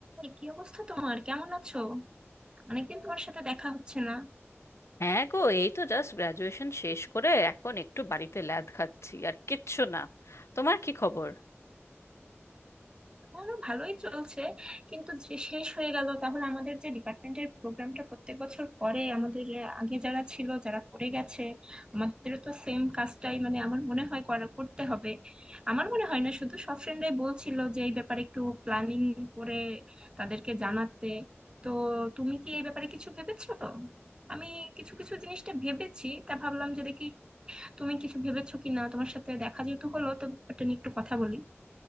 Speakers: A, on the right (about 20°); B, on the left (about 70°).
A: এই কি অবস্থা তোমার কেমন আছো অনেকদিন তোমার সাথে দেখা হচ্ছে না
B: হ্যাঁ গো এই তো জাস্ট গ্রাজুয়েশন শেষ করে এখন একটু বাড়িতে ল্যাদ খাচ্ছি আর কিচ্ছু না তোমার কি খবর
A: আমারও ভালোই চলছে কিন্তু যে শেষ হয়ে গেল তাহলে আমাদের যে ডিপার্টমেন্টের প্রোগ্রামটা প্রত্যেক বছর করে আমাদের আহ, আগে যারা ছিল যারা করে গেছে আমাদেরও তো সেম কাজটাই মানে আমার মনে হয় করা করতে হবে আমার মনে হয় না শুধু সব ফ্রেন্ডরাই বলছিল যে এই ব্যাপারে একটু প্ল্যানিং করে তাদেরকে জানাতে তো তুমি কি এই ব্যাপারে কিছু ভেবেছো আমি কিছু কিছু জিনিসটা ভেবেছি তা ভাবলাম যে দেখি তুমি কিছু ভেবেছো কিনা তোমার সাথে দেখা যেহেতু হলো তো এটা নিয়ে একটু কথা বলি